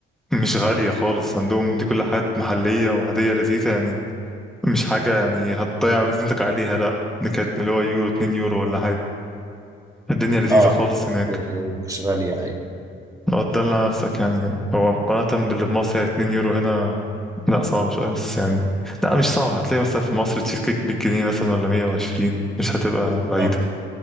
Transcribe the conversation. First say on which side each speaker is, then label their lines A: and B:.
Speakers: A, in the centre; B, on the right (about 15°).
A: مش غاليه خالص عندهم دي كل حاجات محليه وعاديه لذيذه يعني مش حاجه يعني هتضيع ميزانيتك عليها لا دي كانت اللي هو يورو 2 يورو ولا حاجه الدنيا لذيذه
B: اه
A: خالص هناك
B: مش غاليه ايوه
A: لو تدلع نفسك يعني هناك هو مقارنه باللي في مصر يعني 2 يورو هنا لا صعبه شويه بس يعني لا مش صعبه هتلاقي مثلا في مصر تشيز كيك 100 جنيه مثلا ولا 120 مش هتبقى بعيده
B: اه